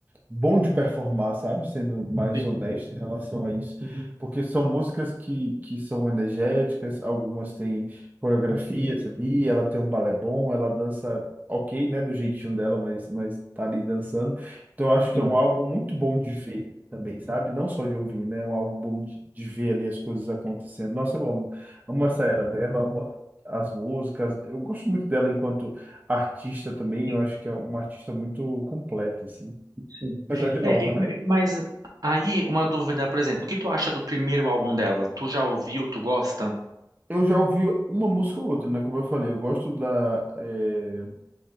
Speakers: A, on the right (about 20°); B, on the right (about 55°).
A: bom de performar, sabe? Sendo mais
B: Sim,
A: honesto em relação a isso.
B: uhum,
A: Porque são músicas que, que são energéticas, algumas têm coreografias ali, ela tem um balé bom, ela dança ok, né? Do jeitinho dela, mas, mas tá ali dançando. Então eu acho
B: sim,
A: que é um álbum muito bom de ver também, sabe? Não só de ouvir, né? É um álbum bom de, de ver ali as coisas acontecendo. Nossa, eu amo, amo essa era dela, amo as músicas. Eu gosto muito dela enquanto artista também,
B: sim,
A: eu acho que é uma artista muito completa, assim.
B: sim.
A: Apesar de nova,
B: É, e-
A: né?
B: mas aí uma dúvida, por exemplo, o que tu acha do primeiro álbum dela? Tu já ouviu? Tu gosta?
A: Eu já ouvi uma música ou outra, né? Como eu falei, eu gosto da eh,